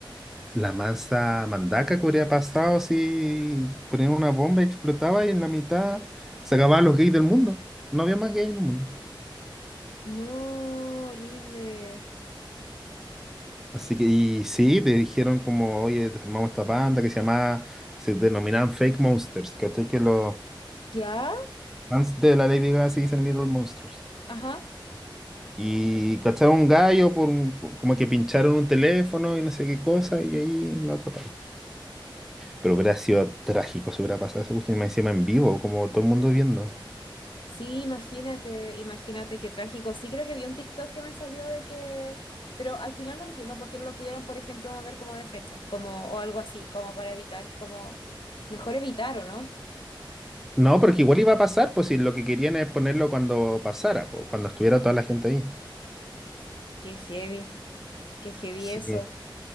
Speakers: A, in the centre; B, on the left (about 65°).
A: La masa mandaca que habría pasado si ponían una bomba y explotaba y en la mitad se acababan los gays del mundo. No había más gays en el mundo.
B: no, horrible.
A: Así que, y sí, te dijeron como, oye, armamos esta banda que se llamaba, se denominaban Fake Monsters, ¿cachai? Que los
B: ¿Ya?
A: fans de la Lady Gaga se dicen Little Monsters.
B: Ajá.
A: Y cacharon un gallo por un- como que pincharon un teléfono y no sé qué cosa y ahí lo atraparon. Pero hubiera sido trágico si hubiera pasado esa cuestión y más encima en vivo, como todo el mundo viendo.
B: Sí, imagínate, imagínate qué trágico. Sí, creo que vi un TikTok que me salió de que, pero al final no entiendo por qué no lo pudieron, por ejemplo, mover como de fecha, como o algo así, como para evitar, como mejor evitar, ¿o no?
A: No, porque igual iba a pasar, pues si lo que querían es ponerlo cuando pasara, pues, cuando estuviera toda la gente ahí.
B: Qué heavy, qué heavy
A: Sí.
B: eso.